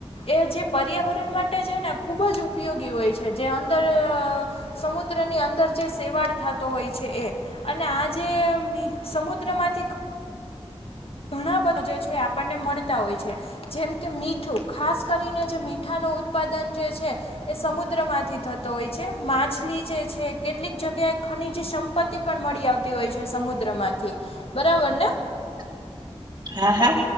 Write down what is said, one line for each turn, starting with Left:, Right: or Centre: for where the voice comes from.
Left: એ જે પર્યાવરણ માટે ને ખુબ જ ઉપયોગી હોય છે જે અંદર‌ અ સમુદ્ર ની અંદર જે સેવાડ થતો હોય છે એ અને આ જે સમુદ્રમાંથી ઘણા બધા જે છે આપણને મળતા હોય છે જેમ કે મીઠું ખાસ કરીને જે મીઠાનો ઉત્પાદન જે છે એ સમુદ્રમાંથી થતો હોય છે માછલી જે છે કેટલીક જગ્યાએ ની જે સંપત્તિ પણ મળી આવતી હોય છે સમુદ્ર માંથી બરાબર ને
Right: <inaudible> <inaudible> હા હા